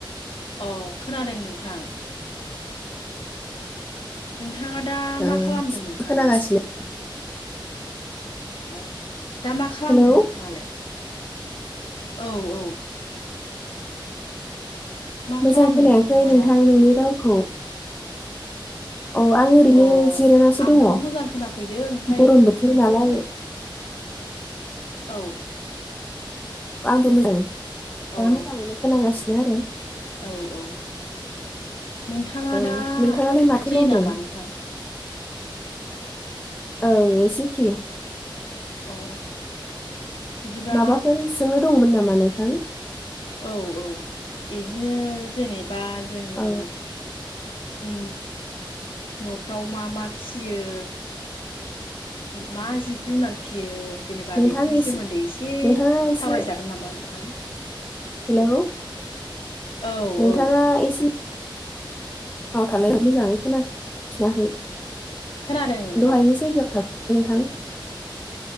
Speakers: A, on the left (about 80°); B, on the left (about 20°).
A: अ खोनादों नोंथां नोंथाङा दा
B: ओ
A: मा खालामदों नोंथाङा?
B: खोनागासिनो
A: अ दा मा खालामदों
B: हेलौ
A: नोंथाङालाय औ औ मा
B: मोजां
A: खालामदों
B: खोनायाखै
A: नोंथाङा
B: नोंथां
A: दा?
B: नोंनि रावखौ औ आं ओरैनो
A: अ
B: जिरायनासो
A: आंथ'
B: दङ
A: मोजां खोनाफैदों ओमफाय
B: गरम बोथोर नालाय <inaudible>
A: औ
B: आंबो मोजां दा
A: अ
B: मोजाङैनो खोनांगासिनो आरो
A: औ औ नोंथाङा
B: औ
A: दा
B: नोंथाङालाय माथो
A: फ्रि
B: मावदों
A: नामा नोंथां?
B: ओं एसे फ्रि
A: अ बिदिबा
B: माबाफोर सोंनो दंमोन नामा नोंथां?
A: औ औ बिदिनो जेनेबा जोङो
B: औ
A: न'फ्राव मा मा फिसियो? मा जिब जुनार फियो जेनेबा
B: नोंथां
A: बेफोरनि
B: एसे
A: सोमोन्दै एसे
B: नोंथाङा एसे
A: सावरायजागोन नामा नोंथां?
B: हेलौ
A: औ
B: नोंथाङा
A: औ
B: एसे <unintelligible> थालाय मोजाङै खोनाफिनाखै
A: खोनादों नोंथां
B: दहायनि जायगायाव थाफिनलाय नोंथां